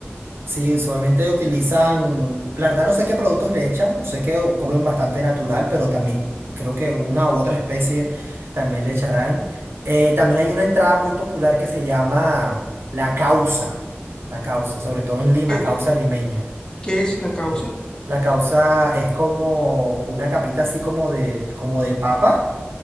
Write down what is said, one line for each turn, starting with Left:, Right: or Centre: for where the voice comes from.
Right: Sí, usualmente utilizan, la verdad no sé qué productos le echan, sé que comen bastante natural, pero también creo que una u otra especie también le echarán. Eh, también hay una entrada muy popular que se llama la causa, la causa, sobre todo en Lima,
Left: ¿Qué,
Right: causa
Left: qué-
Right: limeña.
Left: es la causa?
Right: La causa es como una capita así como de, como de papa,